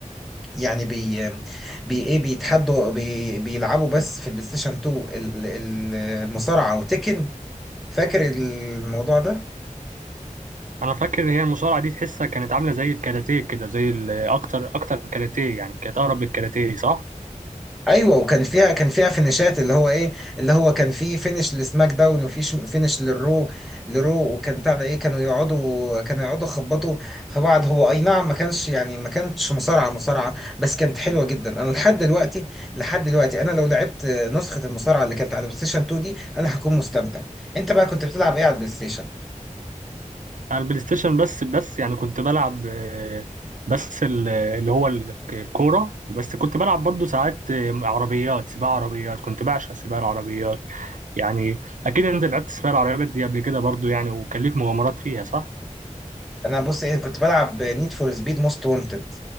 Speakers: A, in the centre; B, on the right.
A: يعني بي آه، بي ايه بيتحدوا بي بيلعبوا بس في البلاي ستيشن 2 ال- ال- المصارعه وتكن فاكر الموضوع ده
B: انا فاكر ان هي المصارعه دي تحسها كانت عامله زي الكاراتيه كده زي ال- اكتر اكتر كاراتيه يعني كانت اقرب للكاراتيه صح
A: ايوه وكان فيها كان فيها فينيشات اللي هو ايه اللي هو كان في فينيش لسماك داون وفي ش- فينيش للرو لرو وكان بتاع ده ايه كانوا يقعدوا كانوا يقعدوا يخبطوا في بعض هو اي نعم ما كانش يعني ما كانتش مصارعه مصارعه بس كانت حلوه جدا انا لحد دلوقتي لحد دلوقتي انا لو لعبت نسخه المصارعه اللي كانت على بلاي ستيشن 2 دي انا هكون مستمتع انت بقى كنت بتلعب ايه على البلاي ستيشن
B: انا البلاي ستيشن بس بس يعني كنت بلعب آه، بس ال- اللي هو ال- الكوره بس كنت بلعب برضو ساعات آه، عربيات سباق عربيات كنت بعشق سباق العربيات يعني اكيد انت لعبت سباق العربيات دي قبل كده برضو يعني وكان ليك مغامرات فيها صح
A: انا بص ايه كنت بلعب نيد فور سبيد موست وانتد